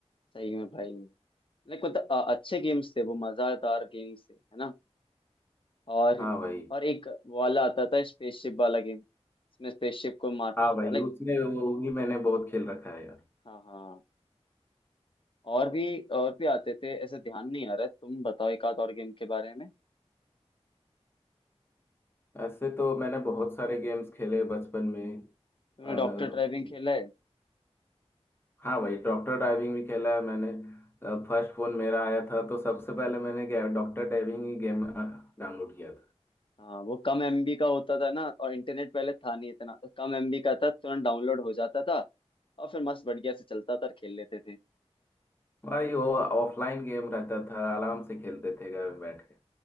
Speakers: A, on the left; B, on the left.
A: सही में भाई लाइक मतलब अ- अच्छे गेम्स थे वो मजेदार गेम्स थे है ना और
B: हाँ भाई
A: और एक वाला आता था स्पेसशिप वाला गेम इसमें स्पेसशिप को मारना
B: हाँ
A: होता
B: भाई
A: लाइक
B: उसमें वो भी मैंने बहुत खेल रखा है यार
A: हाँ हाँ हाँ। और भी और भी आते थे ऐसे ध्यान नहीं आ रहा है तुम बताओ एक आध और गेम के बारे में
B: ऐसे तो मैंने बहुत सारे गेम्स खेले बचपन में
A: तुमने
B: अब
A: डॉक्टर ड्राइविंग खेला है
B: हाँ भाई डॉक्टर डाइविंग भी खेला है मैंने फर्स्ट फोन मेरा आया था तो सबसे पहले मैंने डॉक्टर डाइविंग ही गेम डाउनलोड किया था
A: हाँ वो कम एमबी का होता था ना और इंटरनेट पहले था नहीं इतना तो कम एमबी का था तुरंत डाउनलोड हो जाता था और फिर मस्त बढ़िया से चलता था और खेल लेते थे
B: भाई वो ऑफलाइन गेम रहता था आराम से खेलते थे घर में बैठ के